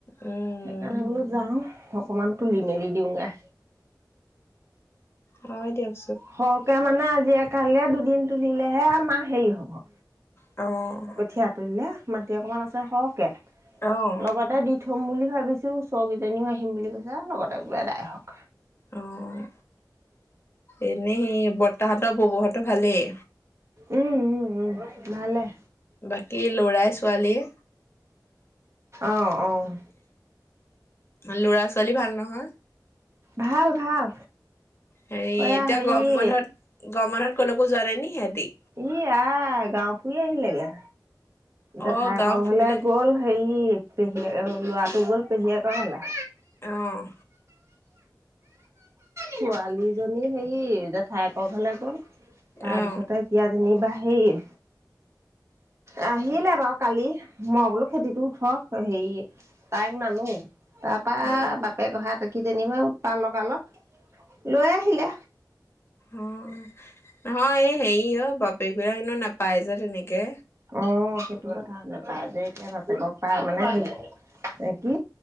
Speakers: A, on the left; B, on the right.
A: উম,
B: সেইকাৰণে বোলো যাওঁ, অকণমান তুলি মেলি দিওঁগৈ।
A: হয় দিয়ক।
B: সৰহকে মানে, আজিয়ে কালিয়ে দুদিন তুলিলেহে আমাৰ হেৰি হ'ব।
A: অ',
B: কঠীয়া তলিলে, মাটি অকণমান আছে সৰহকৈ।
A: অ',
B: লগতে দি থম বুলি ভাবিছোঁ। ওচৰকেইজনীও আহিম বুলি কৈছে, লগতে বোলো এদাই হওঁক।
A: অ', এনেই সেই বৰ্তাহঁতৰ ববৌহঁতৰ ভালেই।
B: উম্, উম্, উম্, ভালেই।
A: বাকী ল'ৰাই ছোৱালীয়ে
B: অ', অ'।
A: ল'ৰা ছোৱালী ভাল নহয়।
B: ভাল ভাল।
A: হেই
B: এয়া
A: এতিয়া
B: হেৰি
A: গৰম বন্ধত, গৰম বন্ধত ক'লৈকো যোৱা নাই ন সিহঁতি।
B: ই আই, গাওঁ ফুৰি আহিলেগে। জেঠাইকৰ
A: অ', গাঁও ফুৰিবলৈ
B: ঘৰলে গ'ল, হেৰি পেহীয়ে, ল'ৰাটো গ'ল পেহীয়েকৰ ঘৰলে।
A: অ',
B: ছোৱালীজনী হেৰি জেঠাইকৰ ঘৰলে গ'ল। তাৰপিছতে
A: অ',
B: এতিয়া যেনিবা হেৰি আহিলে বাৰু কালি। মই বোলো খেতিটো উঠক। হেৰি তাইক নানো, তাৰ পৰা
A: অ'।
B: বাপেক অহা দেখি যেনিবা উতপাত লগালত- লৈ আহিলে।
A: অ', নহয় এই হেৰি অ', বাপেক বিলাকক এনেও নাপাই যে তেনেকে।
B: অ', সেইটো কথা। নেপায় যে এতিয়া বাপেকক পায় মানে কি কি?